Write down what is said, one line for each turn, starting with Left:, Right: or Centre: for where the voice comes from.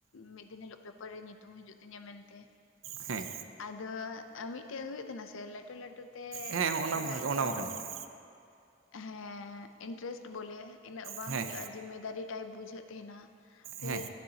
Left: ᱢᱤᱫ ᱫᱤᱱ ᱦᱤᱞᱳᱜ ᱯᱮᱯᱟᱨ ᱨᱮ ᱧᱩᱛᱩᱢ ᱦᱤᱡᱩᱜ ᱛᱤᱧᱟᱹ ᱢᱮᱱᱛᱮ
Right: ᱦᱮᱸ ᱦᱮᱸ
Left: ᱟᱫᱚ ᱢᱤᱫᱴᱮᱡ ᱦᱩᱭᱩᱜ ᱠᱟᱱᱟ ᱥᱮ ᱞᱟᱹᱴᱩ ᱞᱟᱹᱴᱩ ᱛᱮ
Right: ᱦᱮᱸ ᱦᱚᱸᱜᱼᱚ
Left: ᱛᱷᱚᱲᱟ
Right: ᱱᱟ ᱢᱟ ᱚᱱᱟ
Left: ᱤᱭᱟᱹ
Right: ᱢᱟ
Left: ᱦᱚᱸ
Right: ᱠᱟᱱ ᱜᱮᱛᱚ
Left: ᱦᱮᱸ ᱤᱱᱴᱟᱨᱮᱥᱴ ᱵᱚᱞᱮ ᱤᱱᱟᱹᱜ ᱵᱟᱝ
Right: ᱦᱮᱸ
Left: ᱦᱩᱭᱩᱜᱼᱟ ᱡᱤᱢᱢ ᱫᱟᱨᱤ ᱴᱟᱭᱤᱯ ᱵᱩᱡᱷᱟᱹᱜ ᱛᱟᱦᱮᱱᱟ ᱯᱷᱤᱨ
Right: ᱦᱮᱸ